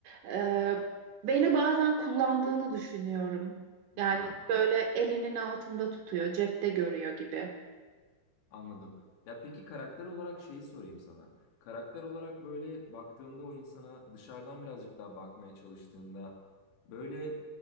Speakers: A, on the right; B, on the left.
A: Ee, beni bazen kullandığını düşünüyorum.
B: Hmm,
A: Yani böyle elinin altında tutuyor, cepte görüyor gibi.
B: anladım. Ya peki karakter olarak şeyi sorayım sana. Karakter olarak böyle baktığında o insana dışarıdan birazcık daha bakmaya çalıştığında böyle